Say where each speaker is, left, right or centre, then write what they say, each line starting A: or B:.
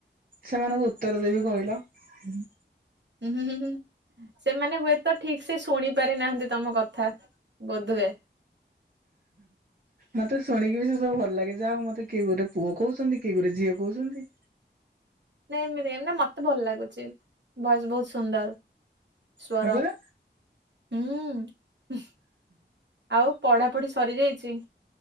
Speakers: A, on the right; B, on the right.
A: ସେମାନଙ୍କୁ ଉତ୍ତର ଦେଇବି କହିଲ? ହୁଁ।
B: ହୁଁ ହୁଁ ହୁଁ ସେମାନେ ହୁଏତ ଠିକ ସେ ଶୁଣି ପାରି ନାହାନ୍ତି ତମ କଥା ବୋଧୁଏ।
A: ମତେ ଶୁଣିକି ବି ସେସବୁ ଭଲ ଲାଗେ ଯାହା ହଉ ମତେ କିଏ ଗୋଟେ ପୁଅ କହୁଛନ୍ତି କି ଗୁରେ ଝିଅ କହୁଛନ୍ତି।
B: ନାଇଁ ଏମିତି ଏମ୍ ନା ମତେ ଭଲ ଲାଗୁଛି। ଭଏସ୍ ବହୁତ୍ ସୁନ୍ଦର୍। ସ୍ୱର।
A: ସତରେ।
B: ହୁଁ। ଆଉ ପଢାପଢି ସରି ଯାଇଛି?